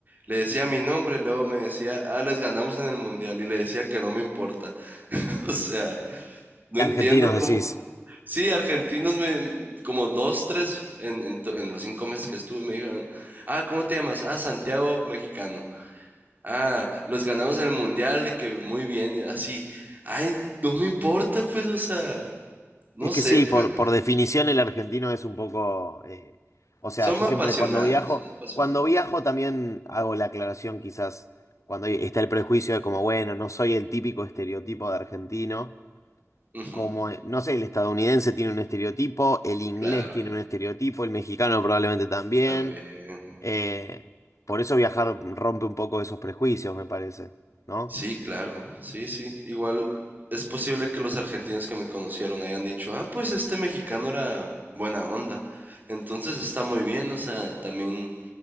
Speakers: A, on the right; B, on the left.
A: Le decía mi nombre, luego me decía, ah, les ganamos en el mundial, y le decía que no me importa. <laughs> O sea, no
B: Argentinos
A: entiendo cómo.
B: decís.
A: Sí, argentinos me, como dos, tres, en, en to- en los cinco meses que estuve, me dijeron, ah, ¿cómo te llamas? Ah, Santiago Mexicano. Ah, los ganamos en el mundial, de que muy bien, y así. Ay, no me importa, pues, o sea, no
B: Es que
A: sé,
B: sí,
A: pues.
B: por, por definición el argentino es un poco... eh, o sea,
A: Son
B: yo
A: apasionados,
B: siempre cuando viajo,
A: son apasionados.
B: cuando viajo también hago la aclaración quizás cuando está el prejuicio de como, bueno, no soy el típico estereotipo de argentino.
A: Ujú.
B: como, eh, no sé, el estadounidense tiene un estereotipo, el inglés
A: Claro,
B: tiene un estereotipo, el mexicano probablemente también.
A: también.
B: Eh, por eso viajar rompe un poco esos prejuicios, me parece, ¿no?
A: Sí, claro, sí, sí. Igual es posible que los argentinos que me conocieron hayan dicho, ah, pues este mexicano era buena onda. Entonces está muy bien, o sea, también